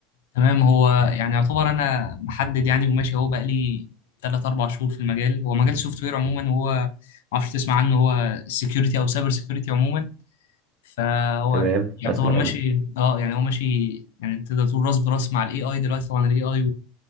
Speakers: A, on the left (about 80°); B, on the right (about 45°).
A: تمام هو يعني يعتبر انا محدد يعني وماشي اهو بقى لي 3 4 شهور في المجال هو مجال سوفت وير عموما وهو ما اعرفش تسمع عنه هو سكيورتي او سايبر سكيورتي عموما فهو
B: تمام
A: يعتبر
B: اسمع
A: ماشي
B: عنها
A: اه يعني هو ماشي يعني تقدر تقول راس براس مع الاي اي دلوقتي طبعا الاي اي